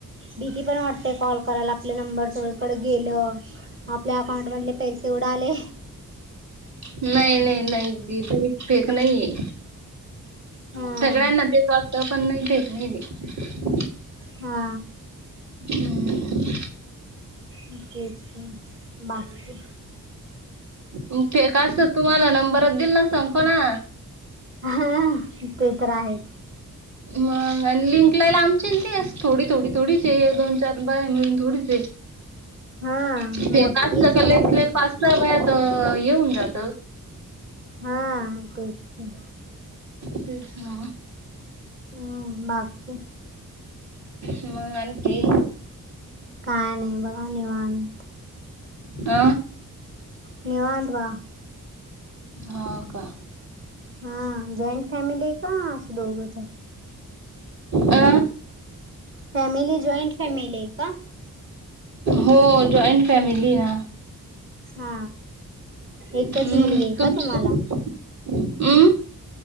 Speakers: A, on the right; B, on the right.
A: भीती पण वाटते कॉल कराला आपले नंबर सगळंकडं गेल. आपल्या अकाउंट मधले पैसे उडाले
B: नाही नाही नाही दिदी हे फेक नाहीये
A: हा
B: सगळ्यांना ते चं वाटत पण नाही फेक नाहीे हे.
A: हा
B: हम्म.
A: म तेच ना बाकी
B: म फेक आसत तुम्हाला नंबरच दिल ना सांको ना
A: हा ते तर आहे.
B: मंग आणि लिंक लय लांबची ना ते थोडी थोडी थोडीच दोन चार बया मिळून थोडीच
A: हा मोठी
B: ते फेक असलं
A: आहे सोडा
B: का लय
A: लिंक
B: स्लिप असत व्हय त हे होऊन जातं
A: हा कयचं पण
B: ते हा
A: हम्म बाकी
B: मग आणकी
A: काय नाही बघा निवांत
B: अ
A: निवांत बघा
B: हो का
A: हा जॉईंट फॅमिली आहे का असं दोघंच आहे
B: अ
A: फॅमिली जॉईंट फॅमिली आहे का
B: हो जॉईंट फॅमिली आहे ना
A: हा एकच
B: हम्म
A: मुलगी आहे
B: तुमची
A: का तुम्हाला
B: हम्म